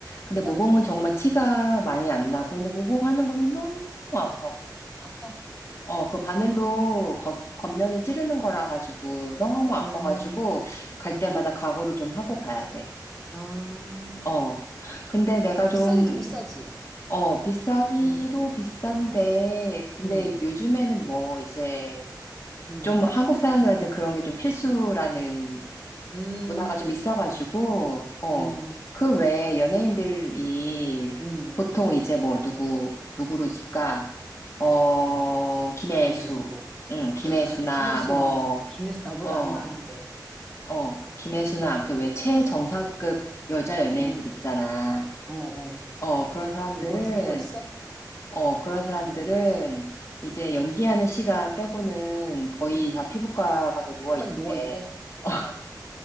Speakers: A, on the left; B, in the centre.
A: 근데
B: 이제 작아지나?
A: 모공은 정말 티가 많이 안 나고, 근데 모공 하는 거는 너무 아파.
B: 아파?
A: 어, 그
B: 어,
A: 바늘로 겉, 겉면을 찌르는 거라 가지고 너무 아파가지고
B: 어,
A: 갈
B: 어,
A: 때마다 각오를 좀 하고 가야 돼.
B: 아.
A: 어. 근데 내가
B: 그 비싸기도
A: 좀
B: 비싸지.
A: 어, 비싸기도
B: 음,
A: 비싼데, 근데
B: 음,
A: 요즘에는 뭐 이제
B: 음,
A: 좀 한국 사람들한테 그런 게 좀 필수라는
B: 음,
A: 문화가 좀 있어가지고, 어,
B: 음,
A: 그 외에 연예인들이
B: 음.
A: 보통 이제 뭐 누구, 누구로 줄까? 어,
B: 음,
A: 김혜수.
B: 누구, 누구.
A: 응, 김혜수나
B: 김혜수,
A: 뭐,
B: 맞아. 김혜수 나보다
A: 어,
B: 나이 많은데.
A: 어, 김혜수나 아무튼 왜 최정상급
B: 응,
A: 여자 연예인들
B: 응,
A: 있잖아.
B: 어, 어.
A: 어, 그런 사람들은
B: 뭐 들은 거 있어?
A: 어, 그런 사람들은
B: 어,
A: 이제 연기하는 시간 빼고는 거의
B: 응.
A: 다 피부과 가서 누워
B: 휴가에서
A: 있는데,
B: 누워있대.
A: <laughs>